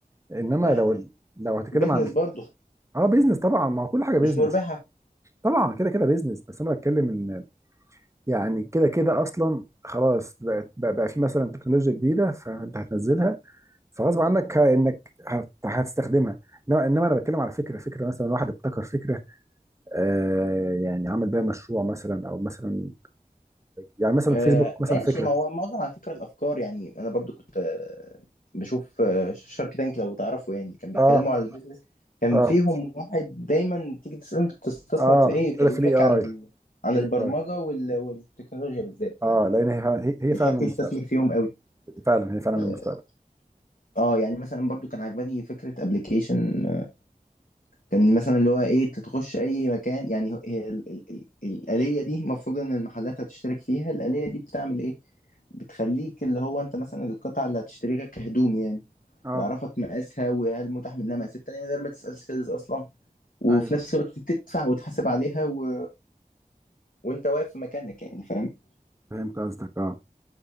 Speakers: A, on the right; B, on the left.
A: انما
B: لا
A: لو لو هتكلم
B: بيزنس
A: عن
B: برضو
A: اه بيزنس طبعا ما هو كل حاجه بيزنس
B: مش مربحة
A: طبعا كده كده بيزنس بس انا بتكلم ان يعني كده كده اصلا خلاص بقت بقى بقى في مثلا تكنولوجيا جديده فانت هتنزلها فغصب عنك انك هت- هتستخدمها انما إنما انا بتكلم على فكره فكره مثلا واحد ابتكر فكره آه يعني عمل بيها مشروع مثلا او مثلا يعني مثلا
B: آه،
A: فيسبوك
B: ماشي
A: مثلا فكره
B: ما هو معظم على فكرة الأفكار يعني أنا برضو كنت آه، بشوف آه، شارك تانك لو تعرفوا يعني كان بيتكلموا
A: اه
B: على البيزنس كان
A: اه
B: فيهم واحد دايما تيجي تسأله أنت بتستثمر
A: اه
B: في إيه يكلمك
A: إيه في الاي اي
B: عن ال... عن
A: الاي
B: البرمجة
A: اي
B: وال... والتكنولوجيا بالذات
A: اه
B: يعني
A: لان هي فعلا هي هي
B: يحب
A: فعلا المستقبل
B: يستثمر فيهم قوي
A: فعلا هي فعلا
B: اه
A: المستقبل
B: آه، يعني مثلا برضو كان عجباني فكرة ابلكيشن كان مثلا اللي هو ايه تتخش اي مكان يعني هو- هي ال- ال- ال- الآلية دي المفروض ان المحلات هتشترك فيها الآلية دي بتعمل ايه بتخليك اللي هو انت مثلا القطعة اللي هتشتريها كهدوم يعني
A: اه
B: يعرفك مقاسها وهل متاح منها مقاسات تانية من غير ما تسأل سيلز أصلا وفي
A: ايوه
B: نفس الوقت تدفع وتحاسب عليها و... وأنت واقف في مكانك يعني فاهم
A: فهمت قصدك اه